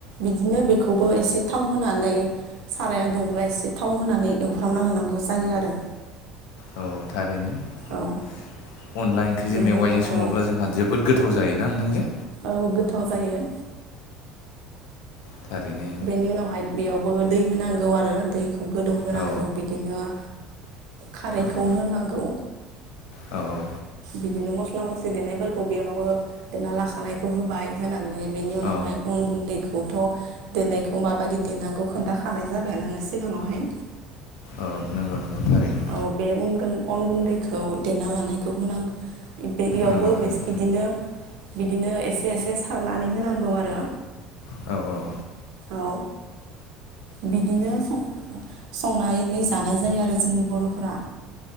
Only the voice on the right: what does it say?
बिदिनो बेखौबो एसे थाव होनानै साराया दुंब्ला एसे थाव होनानै एवफ्र्रामना लानांगौ जायो आरो।
औ ओ
बेनि
उनावहाय
औ
औ गोथाव जायो।
बेनि उनावहाय बेयावबो दै होनांगौ आरो दैखौ गोदौ होनांगौ।
बिदिनो- खारैखौ
होनांगौ।
बिदिनो मस्ला मस्लि देनायफोरखौ बेयावबो देना लाखानायखौ होबाय होनानै बेनि उनावहाय
अन गुन्दैखौथ' दोननायखौ माबायदि देनेनांगौ खोन्थाखानाय जाबाय आनोङो सिगाङावहाय
औ। बे उन अन गुन्दैखौ देना लानायखौ होनांगौ बे इयावबो
बे बिदिनो बिदिनो एसे एसे सारनानै होनांगौ आरो।
औ बिदिनो सं संनानै जानाय जायो आरो जोंनि बर'फोरा।